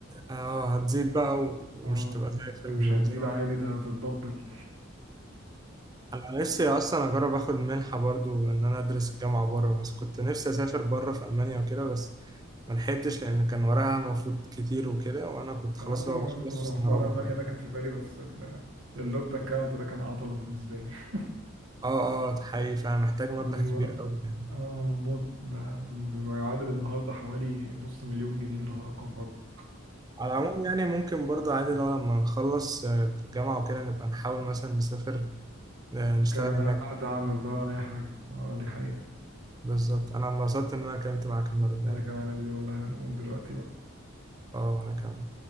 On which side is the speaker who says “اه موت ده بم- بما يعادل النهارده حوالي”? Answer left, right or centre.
Right